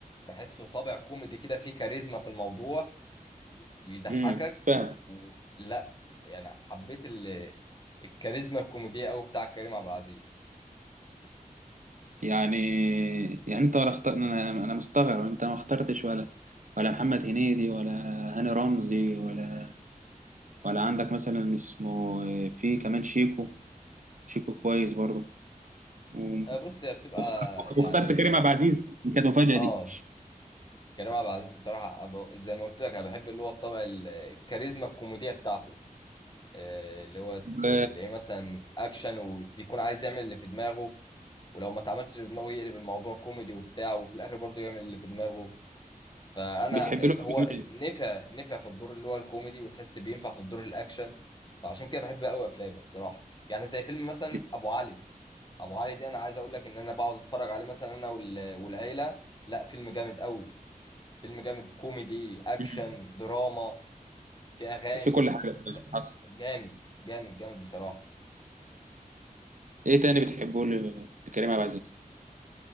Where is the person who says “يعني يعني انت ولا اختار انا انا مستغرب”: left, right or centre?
Right